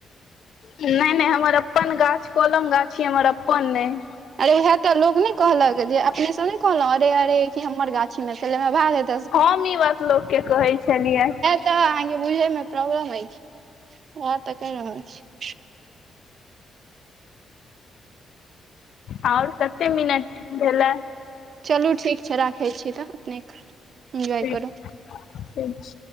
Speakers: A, on the left (about 65°); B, on the right (about 55°).
A: नहि नहि हमर अपन गाछ कलम गाछि हमर अपन नहि
B: अरे वएह तऽ लोक नहि कहलक जे अपने स ने कहलहुं अरे अरे कि हमर गाछी मेे स लेबेह भाग हेत
A: हम ई बात लोक के कहे छलियै
B: त अहां के बुझे मे प्रॉब्लम अयछ ओहा तऽ कहि रहल छी
A: ओर कते मिनट भेले
B: चलू ठीक छै राखै छी तऽ निक एन्जॉय
A: ठीक
B: करू
A: ठीक